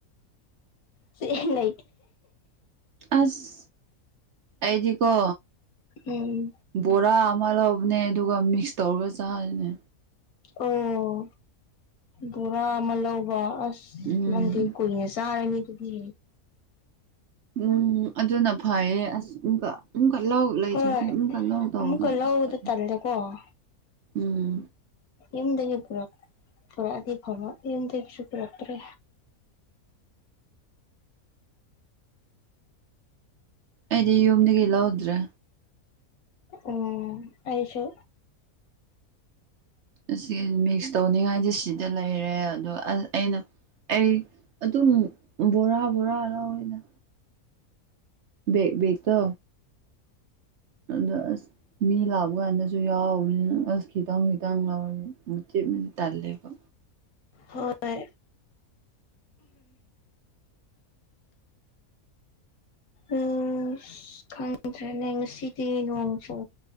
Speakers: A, on the left; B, on the right.
A: ꯁꯤ ꯅ
B: ꯑꯁ ꯑꯩꯗꯤ ꯀꯣ
A: ꯎꯝ
B: ꯣꯔꯥ ꯃꯥꯜꯍꯧꯕꯅꯦ ꯑꯗꯨꯒ ꯃꯤꯛꯁ ꯇꯧꯔꯒ ꯆꯥꯁꯤꯅꯦ
A: ꯑꯣ ꯕꯣꯔꯥ ꯑꯃ ꯂꯧꯕ ꯑꯁ
B: ꯎꯝ
A: ꯃꯗꯤ ꯀꯣꯏꯅꯦ ꯁꯔꯅꯤ ꯀꯗꯤ
B: ꯎꯝ ꯑꯗꯨꯅ ꯐꯩꯌꯦ ꯑꯁ ꯀꯜꯂꯥꯎ ꯎ ꯂꯩ
A: ꯍꯣꯏ
B: ꯆ ꯊꯦ ꯑꯃ ꯀꯜꯂꯥꯎ ꯇꯥꯎꯅꯁ
A: ꯑꯃꯨꯛꯀ ꯂꯧꯕꯗ
B: ꯇ
A: ꯇꯜꯂꯦꯀꯣ
B: ꯎꯝ
A: ꯌꯨꯝꯗꯒꯤ ꯄꯨꯔꯛꯑꯗꯤ ꯐꯪꯉ ꯌꯨꯝꯗꯒꯤꯁꯨ ꯄꯨꯔꯛꯇ꯭ꯔꯦ
B: ꯑꯩꯗꯤ ꯌꯨꯝꯗꯒꯤ ꯂꯧꯗ꯭ꯔꯦ
A: ꯎꯝ ꯑꯌꯦꯁꯣ
B: ꯑꯁꯤ ꯃꯤꯛꯁ ꯇꯧꯅꯤꯡꯉꯥꯏꯗꯤ ꯁꯤꯗ ꯂꯩꯔꯦ ꯑꯗꯨꯒ ꯑ ꯑꯩꯅ ꯑꯩ ꯑꯗꯨꯝ ꯕꯣꯔꯥ ꯕꯣꯔꯥ ꯂꯧꯋꯦꯅ ꯦꯛ ꯒꯛꯇꯣ ꯑꯗ ꯑꯁ ꯃꯤ ꯂꯥꯛꯄ ꯀꯥꯟꯗꯁꯨ ꯌꯥꯎꯕꯅꯤꯅ ꯑꯁ ꯈꯤꯇꯪ ꯈꯤꯇꯪ ꯂꯧꯋꯤ ꯇꯂꯦꯕ
A: ꯍꯣꯏ ꯎꯝ ꯈꯪꯗ꯭ꯔꯦ ꯅ ꯉꯁꯤꯗꯤ ꯅꯁꯨ